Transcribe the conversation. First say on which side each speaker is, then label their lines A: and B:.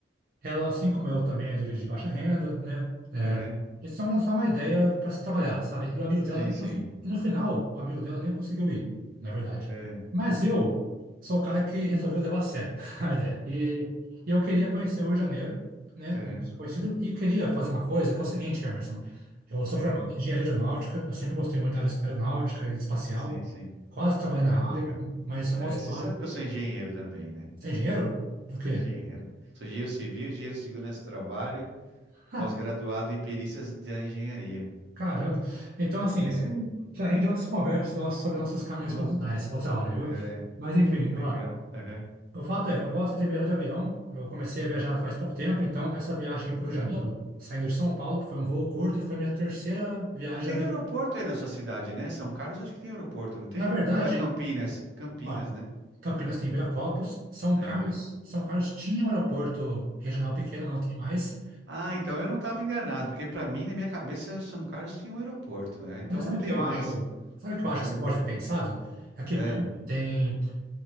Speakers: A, on the right; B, on the right.
A: Ela, assim como eu, também é de origem de baixa renda, né?
B: Aham,
A: Isso é uma uma ideia para se trabalhar, sabe? E o amigo dela
B: sim,
A: nem
B: sim.
A: conseguiu. E no final, o amigo dela nem conseguiu ir, na verdade.
B: Aham,
A: Mas eu sou o cara que resolveu levar a sério <laughs> a ideia. E, e eu queria conhecer o Rio de Janeiro, né?
B: aham,
A: Eu sou conhecido, e queria fazer uma coisa que é o seguinte, Emerson. Eu sou
B: aham,
A: formado em engenharia aeronáutica, eu sempre gostei muito da área aeronáutica e espacial.
B: sim, sim.
A: Quase trabalhei
B: Olha
A: na área,
B: que legal.
A: mas isso é
B: É,
A: uma outra
B: você
A: história.
B: sabe que eu sou engenheiro também, né?
A: Você é engenheiro? Do quê?
B: Sou engenheiro. Sou engenheiro civil, engenheiro de segurança do trabalho,
A: <laughs>
B: pós-graduado em perícias da engenharia.
A: Caramba. Então, assim,
B: É,
A: isso já rende outras conversas nossas sobre nossos caminhos
B: oh,
A: profissionais, outra hora, viu?
B: é,
A: Mas, enfim,
B: legal.
A: ó,
B: Aham,
A: o fato é, eu gosto de viajar de avião. Eu comecei a viajar faz pouco tempo, então essa viagem para o Rio
B: é.
A: de Janeiro, saindo de São Paulo, foi um voo curto e foi minha terceira viagem
B: Tem
A: de avião.
B: aeroporto aí na sua cidade, né? São Carlos, acho que tem aeroporto, não tem?
A: Na verdade,
B: Ou é Campinas? Campinas,
A: ó,
B: né?
A: Campinas tem Viracopos, São
B: É,
A: Carlos,
B: Viracopos.
A: São Carlos tinha um aeroporto regional pequeno, mas não tem mais.
B: Ah, então eu não estava enganado, porque para mim, na minha cabeça, São Carlos tinha um aeroporto, né? Então
A: Mas sabe
B: não
A: o
B: tem
A: que eu
B: mais.
A: acho? Sabe o que
B: Ah,
A: eu acho que você pode ter pensado? Aqui
B: ah,
A: perto tem.